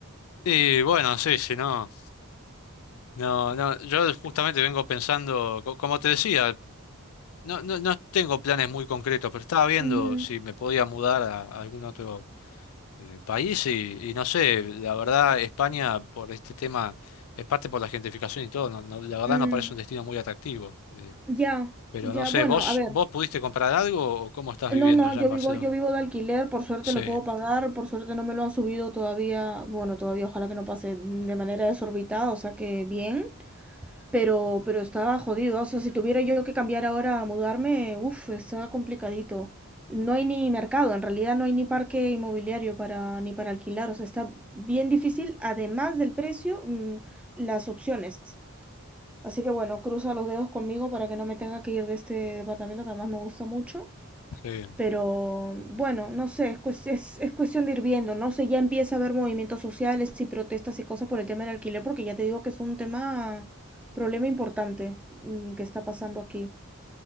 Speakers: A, on the left; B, in the centre.
A: Y bueno, sí, si no, no, no, yo justamente vengo pensando, co- como te decía, no, no, no tengo planes muy concretos, pero estaba viendo
B: Ujú.
A: si me podía mudar a, a algún otro eh, país y, y no sé, la verdad, España por este tema, en parte por la gentrificación y todo, no, no, la verdad
B: Mm,
A: no parece un destino muy atractivo. eh,
B: ya,
A: pero
B: ya,
A: no sé,
B: bueno,
A: ¿vos,
B: a ver,
A: vos pudiste comprar algo o cómo estás viviendo
B: no, no,
A: allá
B: yo
A: en Barcelona?
B: vivo, yo vivo de alquiler, por suerte
A: Sí,
B: lo puedo pagar, por suerte no me lo han subido todavía, bueno, todavía ojalá que no pase de manera desorbitada, o sea que bien, Pero, pero estaba jodido. O sea, si tuviera yo que cambiar ahora a mudarme, uff, está complicadito. No hay ni mercado, en realidad no hay ni parque inmobiliario para, ni para alquilar. O sea, está bien difícil, además del precio, mm, las opciones. Así que bueno, cruza los dedos conmigo para que no me tenga que ir de este departamento que además me gusta mucho.
A: sí,
B: Pero bueno, no sé, es, cues- es- es cuestión de ir viendo, no sé, ya empieza a haber movimientos sociales y protestas y cosas por el tema del alquiler, porque ya te digo que es un tema, problema importante mm, que está pasando aquí.